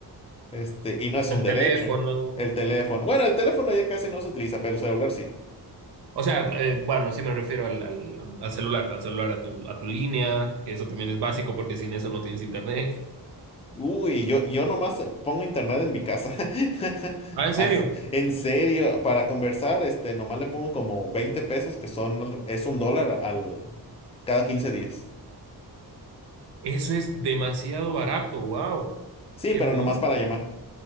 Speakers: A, on the left (about 15°); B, on the right (about 75°).
A: este, y no es
B: del
A: un
B: teléfono.
A: derecho. El teléfono, bueno, el teléfono ya casi no se utiliza, pero el celular sí.
B: O sea, eh, bueno, sí me refiero al, al, al celular, al celular, a tu, a tu línea, que eso también es básico porque sin eso no tienes internet.
A: Uy, yo, yo nomás pongo internet en mi casa. <laughs>
B: Ah, en
A: As-
B: serio,
A: En serio, para conversar, este, nomás le pongo como 20 pesos, que son, al- es un dólar al, cada 15 días.
B: eso es demasiado barato, wow,
A: Sí,
B: qué
A: pero
B: bueno.
A: nomás para llamar.